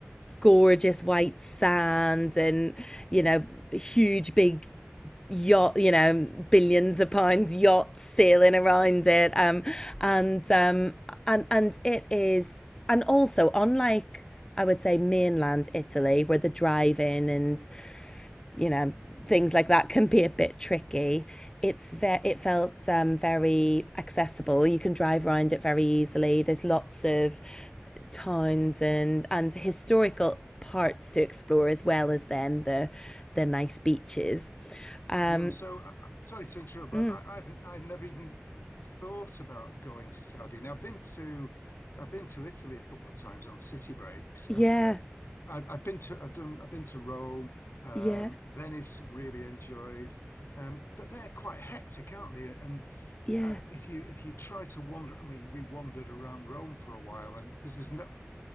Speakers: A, on the left; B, on the left.
A: gorgeous white sand and you know huge big yacht you know billions of pounds yachts sailing around it um
B: Wow.
A: and um and and it is and also unlike I would say mainland Italy where the drive in and you know things like that can be a bit tricky it's ve- it felt um, very accessible you can drive around it very easily there's lots of towns and and historical parts to explore as well as then the the nice beaches um
B: Yo, so uh, uh, sorry to interrupt, but
A: mm,
B: I, I've I've never even thought about going to Saudi. Now, I've been to I've been to Italy a couple of times on city breaks,
A: yeah
B: and uh, I've I've been to I've done I've been to Rome, um,
A: yeah
B: Venice. Really enjoyed, um, but they're quite hectic, aren't they? And
A: yeah
B: yeah, uh, if you if you try to wander, I mean, we wandered around Rome for a while, and because there's no.